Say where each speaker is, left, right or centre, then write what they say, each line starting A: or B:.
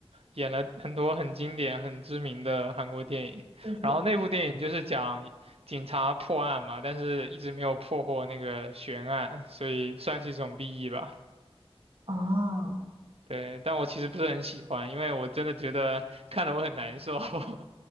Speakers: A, on the right; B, on the right.
A: 演了很多很经典、很知名的韩国电影。
B: 为什么？
A: 然后那部电影就是讲警察破案嘛，但是一直没有破获那个悬案，所以算是一种 BE 吧。
B: 啊？
A: 对，但我其实不是很喜欢，因为我真的觉得看得我很难受，<laughs>